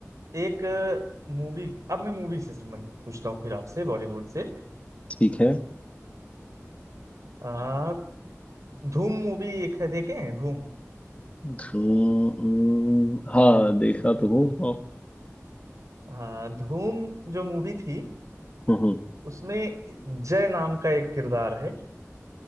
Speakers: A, on the right; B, on the left.
A: एक मूवी अब मैं मूवी से संबंधित पूछता हूँ फिर आपसे बॉलीवुड से
B: ठीक है
A: आ, धूम मूवी एक है देखे हैं धूम
B: हम्म, हम्म, हाँ देखा तो हूँ
A: हाँ धूम जो मूवी थी
B: हम्म हम्म,
A: उसमें जय नाम का एक किरदार है